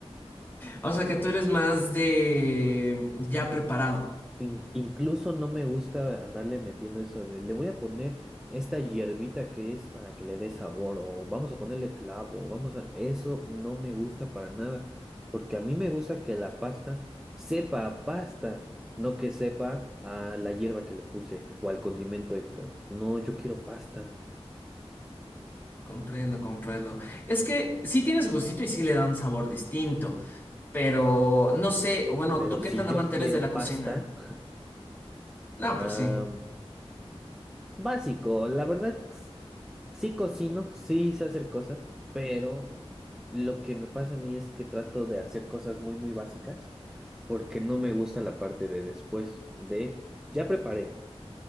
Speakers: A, on the left (about 20°); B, in the centre.
A: O sea que tú eres más de ya preparado.
B: In- incluso no me gusta andarle metiendo eso de le voy a poner esta hierbita que es para que le dé sabor o vamos a ponerle clavo, o vamos a... Eso no me gusta para nada, porque a mí me gusta que la pasta sepa a pasta, no que sepa a la hierba que le puse o al condimento extra. Pues no, yo quiero pasta,
A: Comprendo, comprendo. Es que sí tiene su gustito y sí le da un sabor distinto. Pero no sé, bueno,
B: pero
A: ¿tú
B: si
A: qué tan
B: yo
A: amante
B: quiero
A: eres de la cocina?
B: pasta, <laughs>
A: No,
B: ah,
A: pues sí.
B: básico, la verdad. Sí cocino, sí sé hacer cosas, pero lo que me pasa a mí es que trato de hacer cosas muy, muy básicas porque no me gusta la parte de después, de ya preparé,